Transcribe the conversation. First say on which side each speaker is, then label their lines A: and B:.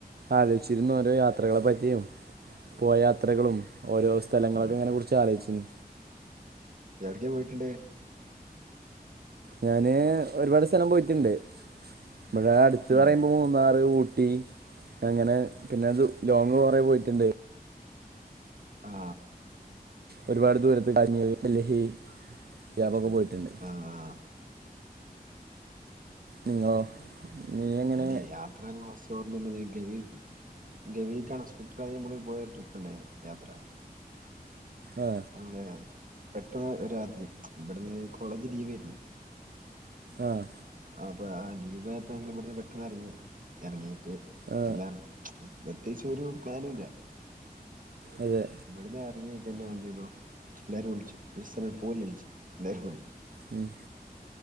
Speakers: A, on the right; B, on the right.
A: ആലോയിചിരുന്നു ഓരോ യാത്രകളെ പറ്റിയും പോയ യാത്രകളും ഓരോ സ്ഥലങ്ങളൊക്കെ
B: ആ
A: ഇങ്ങനെ കുറിച്ച് ആലോയിച്ചിന്
B: എവിടെക്കെ പോയിട്ടുണ്ട്
A: ഞാന് ഒരുപാട് സ്ഥലം പോയിട്ടുണ്ട് ഇവിടാ അടുത്ത്
B: ഉം
A: പറയുമ്പോ മൂന്നാറ് ഊട്ടി അങ്ങനെ പിന്നെ അതു ലോങ്ങ് കൊറെ പോയിട്ടുണ്ട്
B: ആ
A: ഒരുപാട് ദൂരത്ത് കാശ്മീര് ഡെൽഹി <unintelligible>
B: കാശ്മീർ
A: പോയിട്ടുണ്ട്
B: ആ ആ
A: നിങ്ങളോ നീ എങ്ങനെ
B: ഈ യാത്രകള് ഫസ്റ്റ് പറഞ്ഞേൻ്റെ <unintelligible> ഗവി ഗവിക്ക് അൺ എസ്പെക്റ്റഡ് ആയി നമ്മള് പോയ ട്രിപ്പ് ഉണ്ടായിരുന്നു യാത്ര
A: ആ
B: ഞമ്മള് പെട്ടെന്ന് ഒരു രാത്രി ഇവിടുന്ന് കോളേജ് ലീവ് ഏരുന്നു
A: ആഹ്
B: അപ്പൊ ആ ലീവായപ്പം ഞങ്ങൾ ഇവിടുന്ന് പെട്ടെന്ന് എറങ്ങി എറങ്ങി
A: ആ
B: എല്ലാർതും പ്രത്യേകിച്ച് ഒരു പ്ലാനു ഇല്ല
A: അതെ
B: ഇവിടുന്നെറങ്ങി പിന്നെ എന്തെയ്തു എല്ലാരും ഒളിച്ചു <inaudible> പോവല്ലോച്ച് എല്ലാരുംടി
A: ഉം.